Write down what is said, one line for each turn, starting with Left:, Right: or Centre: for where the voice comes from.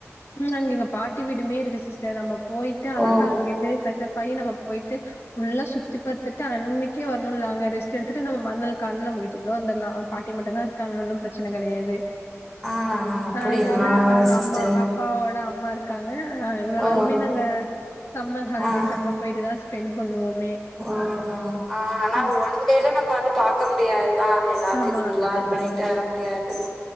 Left: ம் அங்க எங்க பாட்டி வீடுமே இருக்கு சிஸ்டர் நம்ம போயிட்டு அழகா
Centre: ஓ
Left: அங்கிருந்து பிரஷப் ஆயி நம்ம போயிட்டு ஃபுல்லா சுத்தி பாத்துட்டு அன்னைக்கே வரணு இல்ல அங்க ரெஸ்ட் எடுத்துட்டு நம்ம மறு நாள் காலைல நம்ம வீட்டுக்கு அப்பறோ வந்துடலா அங்க பாட்டி மட்டுந்தா இருக்காங்க ஒன்னு ப்ரச்சனை கெடையாது
Centre: ஆ அப்படியா
Left: அதனால ஆ
Centre: சிஸ்டர்
Left: அம்மா அப்பாவோட அம்மா இருக்காங்க ஆ இவ்ளோ
Centre: ஓ
Left: நாளுமே நாங்க சம்மர் ஹாலிடேஸ்
Centre: ஆ
Left: அங்க போயிட்டுதா ஸ்பெண்ட் பண்ணுவோமே
Centre: ஆ ஆனா
Left: ம்.
Centre: ஒன் டேல நம்ம வந்து பாக்க முடியாதுதா எல்லாத்தையு
Left: ஆமா.
Centre: புல்லா பண்ணிட்டு வர முடியாது